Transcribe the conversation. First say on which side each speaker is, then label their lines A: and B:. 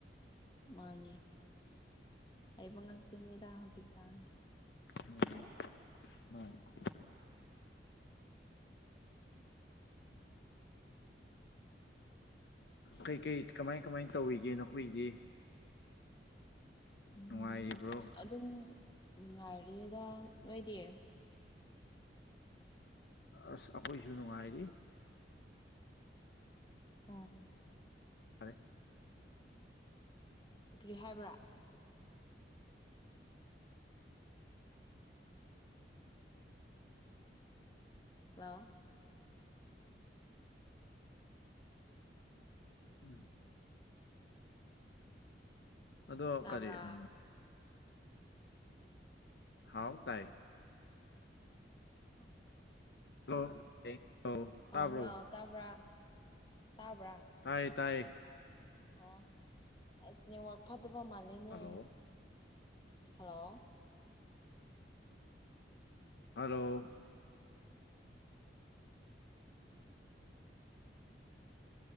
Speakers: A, on the left; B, on the left.
A: ꯃꯥꯅꯦ ꯍꯥꯏꯕ ꯉꯛꯇꯅꯤꯗ ꯍꯧꯖꯤꯛꯀꯥꯟꯁꯤ
B: <unintelligible> ꯀꯩꯀꯩ ꯀꯃꯥꯏ ꯀꯃꯥꯏ ꯇꯧꯔꯤꯒꯦ ꯅꯈꯣꯏꯒꯤꯗꯤ
A: ꯎꯝ
B: ꯅꯨꯡꯉꯥꯏꯔꯤꯕ꯭ꯔꯣ
A: ꯑꯗꯨꯝ ꯅꯨꯡꯉꯥꯏꯔꯦꯗ ꯅꯣꯏꯗꯤ
B: ꯑꯁ ꯑꯩꯈꯣꯏꯁꯨ ꯅꯨꯡꯉꯥꯏꯔꯤ
A: ꯎꯝ
B: ꯐꯔꯦ
A: ꯀꯔꯤ ꯍꯥꯏꯕ꯭ꯔꯥ ꯍꯜꯂꯣ
B: ꯎꯝ ꯑꯗꯣ
A: ꯇꯥꯕ꯭ꯔꯥ
B: ꯀꯔꯤ ꯎꯝ ꯍꯥꯎ ꯀꯥꯏ
A: ꯍ
B: ꯍꯜꯂꯣ ꯍꯜꯂꯣ ꯇꯥꯕ꯭ꯔꯣ
A: ꯑꯣ ꯍꯜꯂꯣ ꯇꯥꯕ꯭ꯔꯥ ꯇꯥꯕ꯭ꯔꯥ
B: ꯇꯥꯏꯌꯦ ꯇꯥꯏꯌꯦ
A: ꯑꯣ ꯑꯁ ꯅꯦꯋꯥꯛ ꯐꯗꯕ ꯃꯥꯜꯂꯦꯅꯦ
B: hello
A: hello
B: hello